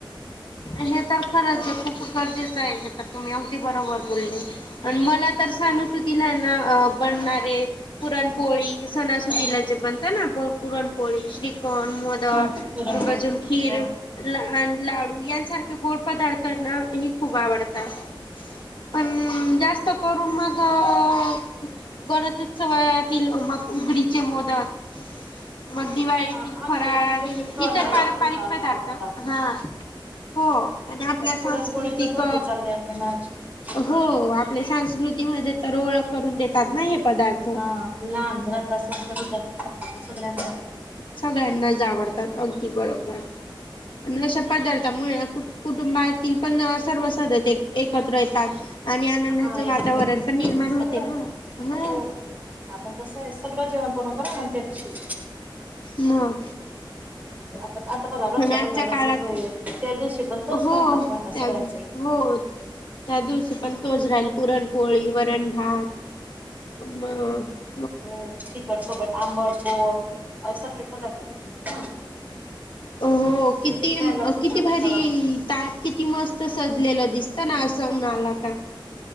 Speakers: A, on the left; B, on the right.
A: हे तर खरंच आहे. खूप गरजेचे हे. तर तुम्ही अगदी बरोबर बोलली. पण मला तर सणासुदिला ना बनणारे पुरणपोळी सणासुदीला जे बनतं ना. पुरणपोळी, श्रीखंड मोदक,
B: हा पुरणपोळी
A: मग अजून खीर,
B: हो.
A: लहान लाडू यां सारखे गोड पदार्थना ही खूप आवडतात. पण, जास्त करून मग अ गणेशउत्सवातील मग उगडीचे मोदक मग दिवाळीतील
B: हा हा
A: फराळ.
B: म्हणजे
A: आणि
B: जसे सण
A: इतर
B: राहिले
A: पारंपारिक
B: तसं अन्न
A: पदार्थ
B: बनवतात.
A: हा. हो आणि आपल्या सांस्कृतिक
B: पुरणपोळी तर भरपूर चालते आपल्या महाराष्ट्रामध्ये.
A: हो. आपल्या सास्कृतीमध्ये तर ओळख करून देतात ना हे पदार्थ.
B: हम्म लहान मुलांपासून तर वृद्ध सगळ्यांना
A: सगळ्यांनाच आवडतात अगदी बरोबर हाय. अशा पदार्थामुळे ना कुटुंबातील पण सर्व सदस एकत्र येतात. आणि आनंदाचे
B: हा एकत्र
A: वातावरण
B: येतात.
A: पण निर्माण
B: सगळं
A: होते ना. ह.
B: हो आपण कसं आहे सगळं जेवण बनवतो ना. मग त्या दिवशी.
A: मग.
B: आता बघा. रक्षाबंधनास
A: पण आजच्या काळात
B: येतोय त्याच दिवशी पण तोच
A: हो.
B: स्वयंपाक राहणार सगळ्यांचा
A: त्यात
B: इथे
A: हो. त्या दिवशी पण तोच राहील. पुरणपोळी, वरण भात, मग
B: हो. तिखट सोबत आंबट, गोड असे सगळे पदार्थ बनत ना.
A: अ हो. किती,
B: आणि ते खायला पण
A: किती
B: चविष्ट
A: भारी
B: लागतात
A: ताट किती मस्त सजलेलं दिसतं ना असं सण आला का.